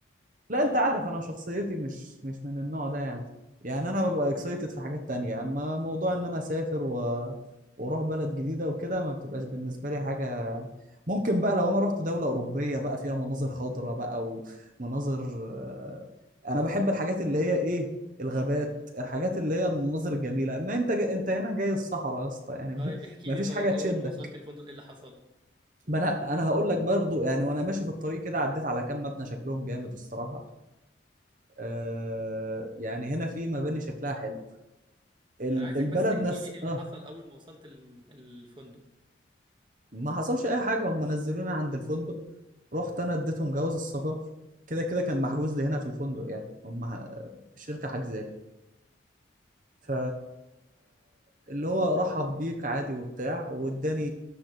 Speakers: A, on the right (about 45°); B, on the right (about 25°).
A: لا انت عارف انا شخصيتي مش مش من النوع ده يعني يعني انا ببقى اكسايتد
B: مم.
A: في حاجات تانية اما موضوع ان انا اسافر و... واروح بلد جديدة وكده ما بتبقاش بالنسبة لي حاجة ممكن بقى لو انا رحت دولة اوروبية بقى فيها مناظر خضراء بقى ومناظر آه، انا بحب الحاجات اللي هي ايه الغابات
B: مم.
A: الحاجات اللي هي المناظر الجميلة اما انت جا... انت هنا جاي الصحراء يا اسطى يعني
B: طيب
A: <laughs>
B: احكي
A: ما
B: لي
A: فيش
B: طيب
A: حاجة تشدك
B: اول ما وصلت الفندق ايه اللي حصل
A: ما انا انا هقول لك برضو يعني وانا ماشي في الطريق كده عديت على كام مبنى شكلهم جامد الصراحة آه يعني هنا في مباني شكلها حلو ال-
B: انا عايزك
A: البلد
B: بس تحكي
A: نفس
B: لي ايه اللي
A: اه
B: حصل اول ما وصلت الم- الفندق
A: ما حصلش اي حاجه هم نزلوني عند الفندق رحت انا اديتهم جواز السفر كده كده كان محجوز لي هنا في الفندق يعني هم ح- الشركه حجزالي ف اللي هو رحب بيك عادي وبتاع واداني